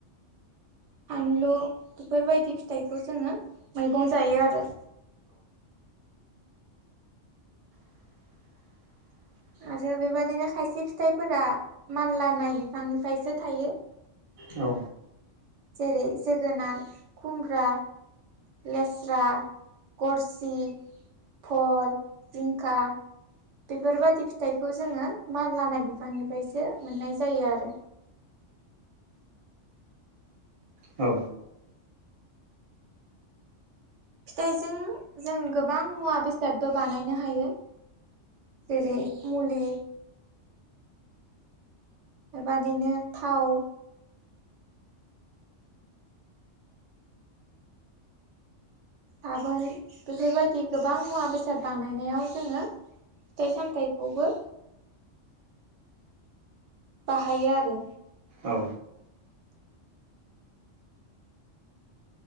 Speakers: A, on the right; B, on the right.
A: फानलु बेफोरबायदि फिथाइखौ जोङो मैगं जायो आरो।
B: <inaudible>
A: आरो बेबादिनो खायसे फिथाइफोरा मानला नाय बिफांनिफ्रायसो थायो।
B: औ।
A: जेरै जोगोनार, खुमब्रा लेस्रा, गरसि फल, जिंखा बेफोरबादि फिथाइखौ जोङो मानलानाय बिफांनिफ्रायसो मोननाय जायो आरो।
B: औ
A: फिथाइजों जों गोबां मुवा बेसादबो बानायनो हायो। जेरै मुलि बेबादिनो थाव साबोन बेफोरबायदि गोबां मुवा बेसाद बानायनायाव जोङो। फिथाइ सामथाइखौबो बाहायो आरो।
B: औ।